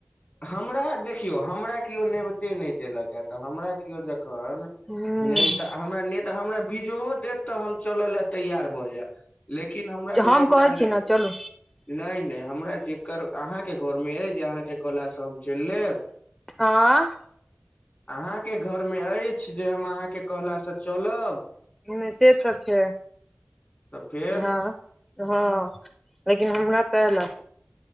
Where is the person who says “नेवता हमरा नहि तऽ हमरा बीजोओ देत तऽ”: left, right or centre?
Left